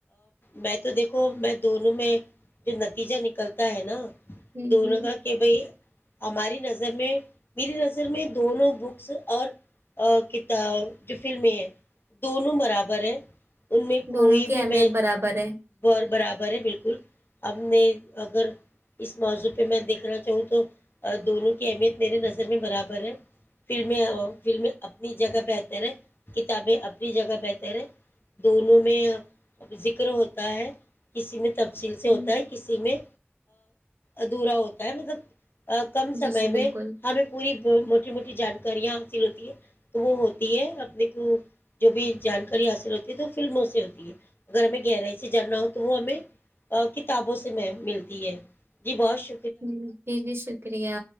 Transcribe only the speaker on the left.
میں تو دیکھو میں دونوں میں جو نتیجہ نکلتا ہے نا
دونوں
کا کہ بھائی ہماری نظر میں میری نظر میں دونوں بکس اور کتا جو فلمیں ہیں دونوں برابر ہیں ان میں
کوئی
بھی
میں
بر برابر ہے بالکل ہم نے اگر اس موضوع پہ میں دیکھنا چاہوں تو دونوں کی اہمیت میرے نظر میں برابر ہے فلمیں فلم اپنی جگہ بہتر ہے کتابیں اپنی جگہ بہتر ہے دونوں میں ذکر ہوتا ہے کسی میں تفصیل
سے ہوتا ہے کسی میں ادھورا ہوتا ہے مطلب کم سمے
میں ہمیں پوری موٹی موٹی جانکاریاں حاصل ہوتی ہے تو وہ ہوتی ہے اپنے کو جو بھی جانکاری حاصل ہوتی ہے تو وہ فلموں سے ہوتی ہے اگر ہمیں گہرائی سے جاننا ہو تو وہ ہمیں کتابوں سے میں ملتی ہے جی بہش